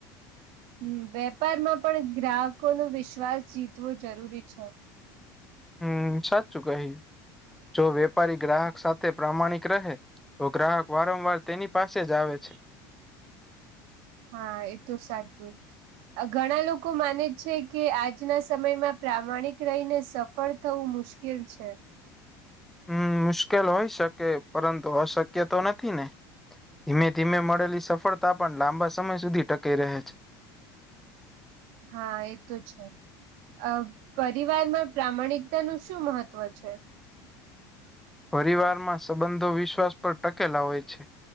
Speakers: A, on the right; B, in the centre.
A: હમ વેપારમાં પણ ગ્રાહકો નો વિશ્વાસ જીતવો જરૂરી છ
B: હમ સાચું કહ્યું જો વેપારી ગ્રાહક સાથે પ્રામાણિક રહે તો ગ્રાહક વારંવાર તેની પાસે જ આવે છે
A: હમ હા એ તોું સાચું ઘણા લોકો માને છે કે આજના સમયમાં પ્રામાણિક રહીને સફળ થવું મુશ્કેલ ઉશકેલ છે
B: હમ મુશ્કેલ હોય શકે પરંતુ અશક્ય તો નથી ને ધીમે ધીમે મળેલી સફળતા પણ લાંબા સમય સુધી ટકાઈ રહે છે
A: હા એ તો છે અ પરિવારમાં પ્રામાણિકતા નું શું મહત્વ છે
B: પરિવારમાં સંબંધો વિશ્વાસ પર ટકેલા હોય છે